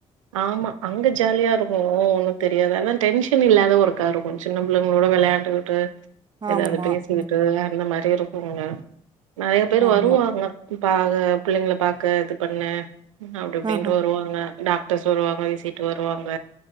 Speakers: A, on the right (about 90°); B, on the right (about 30°).
A: ஆமா அங்க ஜாலியா இருக்கு ஒன்னு தெரியாது அதா டென்ஷன் இல்லாத ஓர்க்கா இருக்கு சின்ன பிள்ளைங்களோட விளையாண்டு ட்டு எதாது
B: ஆமா
A: பேசிக்கிட்டு
B: ம்
A: அந்த மாரி இருக்குங்க நெறைய பேரு
B: ஆமா
A: வருவாங்க பாக பிள்ளைங்கள பாக்க இது பண்ண அப்டி இப்டின்னுட்டு
B: ஆஹா
A: வருவாங்க டாக் டர்ஸ் வருவாங்க விசிட்டு வருவாங்க